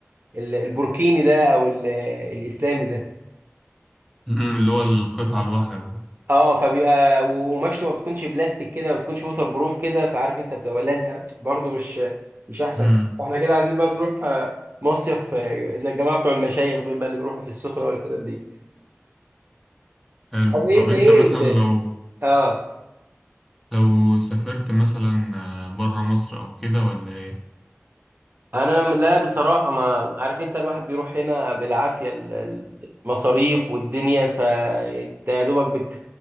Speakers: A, on the right; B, in the centre.
A: ال- البوركيني ده او ال- الاسلامي ده
B: أمم، اللي هو القطعة الواحدة بقى
A: اه فبيبقى وقماشته ما بتكونش بلاستيك كده ما بتكونش ووتر بروف كده فعارف انت بتبقى لازقه برضه مش مش احسن
B: امم
A: احنا كده عايزين بقى نروح آه، مصيف آه، زي الجماعه بتوع المشايخ دول بقى اللي بيروحوا في السخنه والحتت دي
B: حلو
A: طب
B: طب
A: إيه
B: انت مثلا
A: انت ايه
B: لو
A: اه
B: لو سافرت مثلا بره مصر او كده ولا ايه
A: انا م- لا بصراحه ما عارف انت الواحد بيروح هنا بالعافيه ال- المصاريف والدنيا فانت يا دوبك بت...